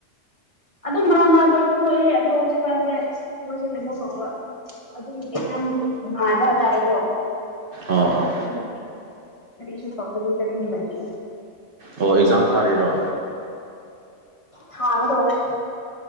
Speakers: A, on the left; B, on the right.
A: ꯑꯗꯨꯝ ꯃꯔꯥ ꯃꯔꯥ ꯇꯧꯔꯁꯨ ꯊꯣꯛꯑꯦ ꯑꯗꯣ ꯍꯧꯖꯤꯛꯀꯥꯟꯁꯦ ꯑꯩꯈꯣꯏꯁꯦ ꯀꯩꯅꯣ ꯇꯧꯕ ꯑꯗꯨꯝ ꯑꯦꯝ ꯅꯨꯡ ꯉꯉꯥꯏꯕ ꯍꯥꯏꯇꯥꯔꯦꯀꯣ
B: ꯑꯣ ꯑꯣ
A: ꯑꯗꯨ ꯀꯔꯤꯁ ꯐꯥꯎꯒꯗꯤꯒ ꯑꯗꯨꯗꯥꯏꯗ
B: ꯑꯣ ꯑꯦꯛꯖꯥꯝ ꯊꯥꯔꯤꯔꯣ
A: ꯊꯥꯒꯗꯧꯋꯦ